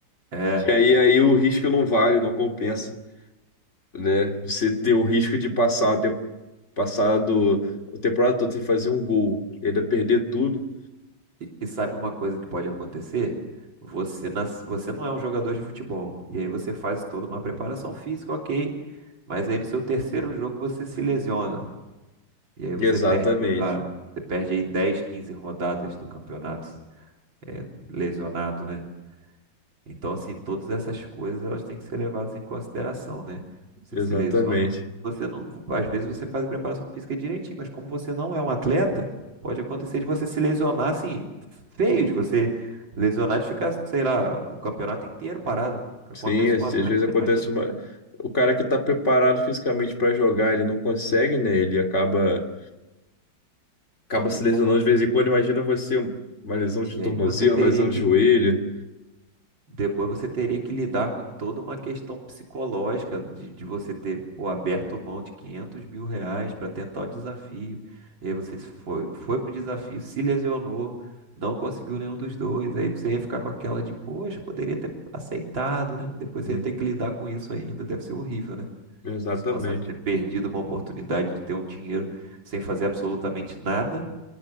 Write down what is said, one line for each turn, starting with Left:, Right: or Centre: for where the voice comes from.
Right: É.
Left: Que aí, aí o risco não vale, não compensa, né? Você ter o risco de passar, ter passado a temporada toda sem fazer um gol, e ainda perder tudo.
Right: E, e sabe uma coisa que pode acontecer? Você, nas, você não é um jogador de futebol. E aí você faz toda uma preparação física, ok. Mas aí no seu terceiro jogo você se lesiona. E aí você
Left: Exatamente,
Right: perde, sei lá, você perde aí 10, 15 rodadas do campeonato, é, lesionado, né? Então, assim, todas essas coisas elas têm que ser levadas em consideração, né? Você
Left: exatamente.
Right: se lesiona. Você não, às vezes você faz a preparação física direitinho, mas como você não é um atleta, pode acontecer de você se lesionar assim, feio, de você lesionar de ficar, sei lá, o campeonato inteiro parado. O que
Left: Sim,
Right: acontece
Left: às,
Right: com um
Left: às
Right: atleta,
Left: vezes acontece
Right: imagina.
Left: uma...
Right: né?
Left: O cara que tá preparado fisicamente para jogar, ele não consegue, né? Ele acaba, acaba se
Right: E, com-
Left: lesionando de vez em quando. Imagina você, uma lesão de
Right: e
Left: tornozelo,
Right: aí você teria
Left: uma lesão
Right: que
Left: de joelho.
Right: Depois você teria que lidar com toda uma questão psicológica de, de você ter, pô, aberto mão de 500 mil reais para tentar o desafio. E aí você foi, foi pro desafio, se lesionou, não conseguiu nenhum dos dois. Aí você ia ficar com aquela de, poxa, poderia ter aceitado, né? Depois
Left: Hum,
Right: você ia ter que lidar com isso ainda. Deve ser horrível, né?
Left: Exatamente.
Right: Situação de ter perdido uma oportunidade de ter um dinheiro sem fazer absolutamente nada,